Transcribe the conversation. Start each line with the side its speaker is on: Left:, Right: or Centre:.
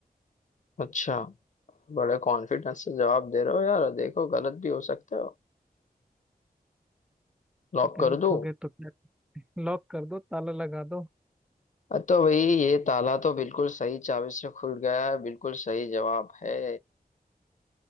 Left: अच्छा बड़े कॉन्फिडेंस से जवाब दे रहे हो यार देखो गलत भी हो सकते हो लॉक
Centre: गलत
Left: कर दूं
Centre: हो गए तो क्या <laughs> लॉक कर दो ताला लगा दो
Left: अ, तो भाई ये ताला तो बिल्कुल सही चाबी से खुल गया है बिल्कुल सही जवाब है